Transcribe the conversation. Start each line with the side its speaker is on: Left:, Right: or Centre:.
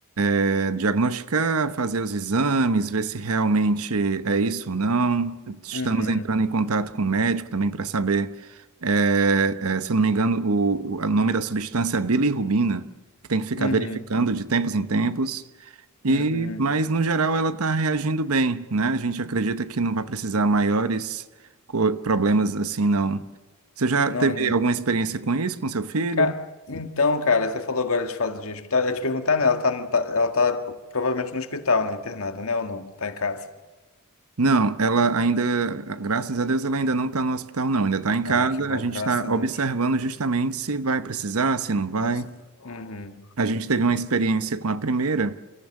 Right: é, diagnosticar, fazer os exames, ver se realmente é isso ou não. Estamos
Left: Uhum.
Right: entrando em contato com o médico também para saber, é, é, se eu não me engano, o, o- o nome da substância é bilirrubina, que tem que ficar
Left: Uhum.
Right: verificando de tempos em tempos. E,
Left: Uhum.
Right: mas no geral ela está reagindo bem, né? A gente acredita que não vai precisar maiores co- problemas assim, não. Você já
Left: Não,
Right: teve alguma experiência com isso, com seu filho?
Left: Ca- Então, cara, você falou agora de fase de hospital. Eu ia te perguntar, né? Ela tá, tá- ela tá provavelmente no hospital, né? Internada, né? Ou não? Tá em casa.
Right: Não, ela ainda, graças a Deus, ela ainda não está no hospital, não. Ainda está em
Left: Ah,
Right: casa.
Left: que bom,
Right: A gente
Left: graças
Right: está
Left: a Deus.
Right: observando justamente se vai precisar, se não vai.
Left: Nossa. Uhum,
Right: A gente teve uma experiência com a primeira,